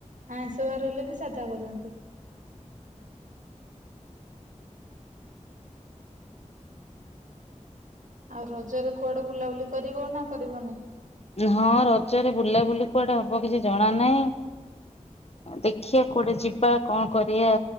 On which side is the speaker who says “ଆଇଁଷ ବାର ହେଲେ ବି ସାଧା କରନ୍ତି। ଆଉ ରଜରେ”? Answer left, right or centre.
Right